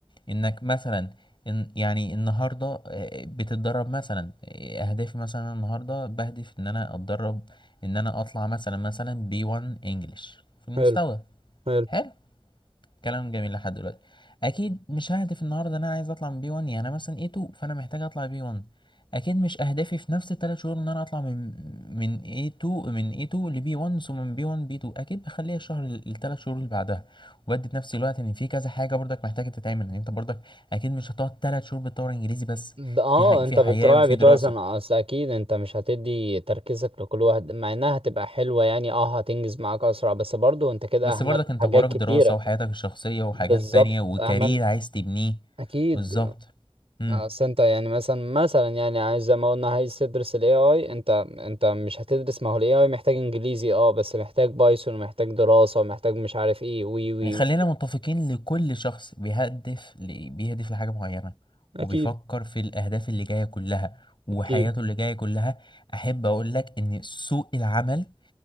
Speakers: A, on the left; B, on the right.
A: انك مثلا إن يعني النهارده آه، بتتدرب مثلا آه، اهدافي مثلا النهارده بهدف ان انا اتدرب ان انا اطلع مثلا مثلا بي 1 انجلش في المستوى
B: حلو حلو
A: حلو كلام جميل لحد دلوقتي اكيد مش ههدف النهارده ان انا عايز اطلع من بي 1 يعني انا مثلا اي 2 فانا محتاج اطلع بي 1 اكيد مش اهدافي في نفس الثلاث شهور ان انا اطلع من من اي 2 من اي 2 لبي 1 ثم من بي 1 بي 2 اكيد بخليها الشهر الثلاث شهور اللي بعدها وبدي في نفس الوقت ان في كذا حاجه برضك محتاجه تتعمل ان انت برضك اكيد مش هتقعد ثلاث شهور بتطور انجليزي بس
B: ب- اه
A: في حاجه في
B: انت
A: حياه
B: بتراعي
A: وفي
B: بتوازن
A: دراسه
B: اصل اكيد انت مش هتدي تركيزك لكل واحد مع انها هتبقى حلوة يعني اه هتنجز معاك اسرع بس برضو انت كده
A: بس
B: اهملت
A: برضك انت
B: حاجات
A: وراك دراسه
B: كتيرة
A: وحياتك الشخصيه وحاجات
B: بالظبط
A: تانية وكارير
B: اهملت
A: عايز تبنيه
B: اكيد
A: بالظبط إمم.
B: اصل انت يعني مثلا مثلا يعني عايز زي ما قلنا عايز تدرس الاي اي انت انت مش هتدرس ما هو الاي اي محتاج انجليزي اه بس محتاج بايثون ومحتاج دراسة ومحتاج مش عارف ايه وي وي
A: يعني خلينا متفقين لكل شخص بيهدف ل... بيهدف لحاجة معينة
B: اكيد
A: وبيفكر في الأهداف اللي جاية كلها وحياته
B: اكيد
A: اللي جاية كلها أحب أقول لك إن سوق العمل